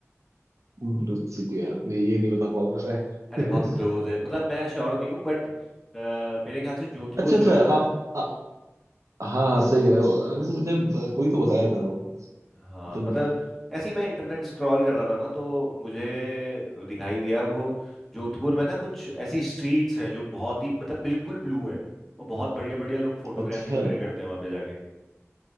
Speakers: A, on the right; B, in the centre.
A: ब्लू सिटी यार नहीं ये नहीं बता पाऊंगा
B: अरे बहुत
A: मैं <laughs>
B: क्लोज है मतलब मैं श्योर नहीं हूँ बट मेरे ख्याल से जोधपुर
A: अच्छा अच्छा
B: जो है ना
A: आप आ, हाँ हाँ सही कह रहे हो अभी मुझे ब- कोई तो बताया था वो
B: हाँ
A: अच्छा
B: मतलब ऐसे ही मैं इंटरनेट स्क्रॉल कर रहा था ना तो मुझे दिखाई दिया वो जोधपुर में ना कुछ ऐसी स्ट्रीट्स हैं जो बहुत ही मतलब बिल्कुल ब्लू हैं और बहुत बढ़िया बढ़िया लोग फोटोग्राफी
A: अच्छा,
B: वगैरह करते हैं वहां पे जाके